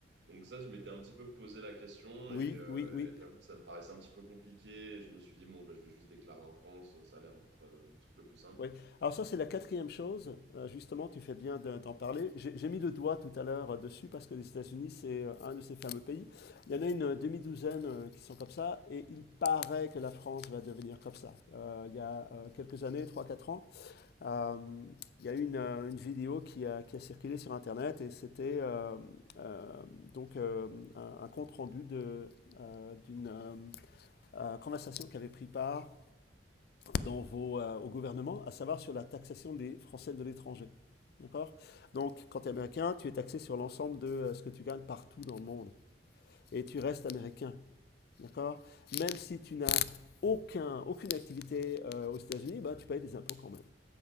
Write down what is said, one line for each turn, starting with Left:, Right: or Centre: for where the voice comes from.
Right: Donc ça, je m'étais un petit peu posé la question
Left: oui,
Right: et, euh,
Left: oui, oui,
Right: et j'avoue que ça me paraissait un petit peu compliqué. Je me suis dit, bon, bah, je vais juste déclarer en France, ça a l'air d'être euh, le truc le plus simple.
Left: oui. Alors ça c'est la quatrième chose. Euh, justement, tu fais bien de- d'en parler. J'ai j'ai mis le doigt tout à l'heure euh, dessus parce que les États-Unis c'est euh, un de ces fameux pays. Il y en a une euh, demi-douzaine euh, qui sont comme ça et il paraît que la France va devenir comme ça. Euh, il y a euh, quelques années, trois quatre ans, euh, il y a eu une, euh, une vidéo qui a, qui a circulé sur Internet et c'était euh, euh, donc euh, un, un compte rendu de, euh, d'une euh, euh, conversation qui avait pris part dans vos, euh, au gouvernement, à savoir sur la taxation des Français de l'étranger. D'accord Donc, quand tu es américain, tu es taxé sur l'ensemble de euh, ce que tu gagnes partout dans le monde. Et tu restes américain. D'accord Même si tu n'as aucun, aucune activité euh, aux États-Unis, bah, tu payes des impôts quand même.